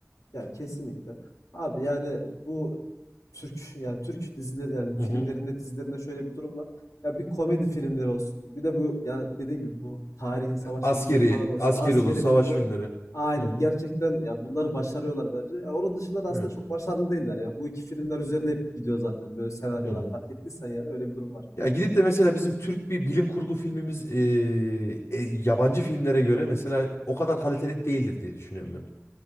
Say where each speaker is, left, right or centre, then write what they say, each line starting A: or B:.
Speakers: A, on the left (about 85°); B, on the left (about 60°).
A: Yani kesinlikle. Abi yani bu Türk yani Türk dizileri yani filmlerinde
B: Hı hı.
A: dizilerinde şöyle bir durum var. Ya bir komedi filmleri olsun. Bir de bu yani dediğim gibi bu tarihi savaş
B: Askeri,
A: filmleri falan olsun.
B: askeri
A: Askeri
B: olur, savaş
A: filmler.
B: filmleri.
A: Aynen.
B: Hı hı.
A: Gerçekten ya bunları başarıyorlar bence. Ya onun dışında da aslında
B: Evet.
A: çok başarılı değiller ya. Bu iki filmler üzerine hep gidiyor zaten böyle senaryolar.
B: Hı hı.
A: Fark ettiysen yani öyle bir durum var.
B: Ya gidip de mesela bizim Türk bir bilim kurgu filmimiz e, e, yabancı filmlere göre mesela o kadar kaliteli değildir diye düşünüyorum ben.